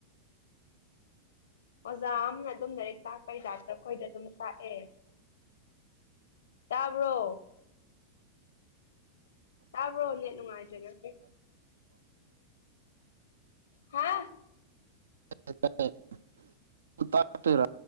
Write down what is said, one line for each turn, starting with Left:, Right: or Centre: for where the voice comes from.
Left: ꯑꯣꯖꯥ ꯑꯃꯅ ꯑꯗꯨꯝ ꯂꯥꯏꯔꯤꯛ ꯇꯥꯛꯄꯩ ꯇꯥꯏꯄꯇ ꯑꯩꯈꯣꯏꯗ ꯑꯗꯨꯝ ꯇꯥꯛꯑꯦ ꯇꯥꯕ꯭ꯔꯣ ꯇꯥꯕ꯭ꯔꯣ ꯅꯦꯠ ꯅꯨꯡꯉꯥꯏꯇ꯭ꯔꯦ ꯉꯁꯤ ꯍꯥ
Right: <unintelligible> ꯇꯥꯛ ꯇꯨꯏꯔ